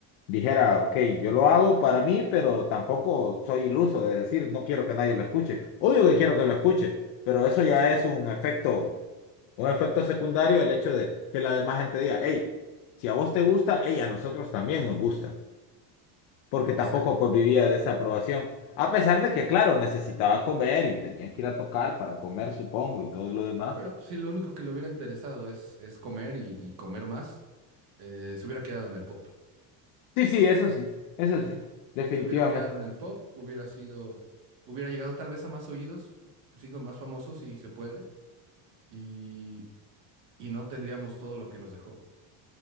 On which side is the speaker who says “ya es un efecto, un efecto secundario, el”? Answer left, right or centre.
Left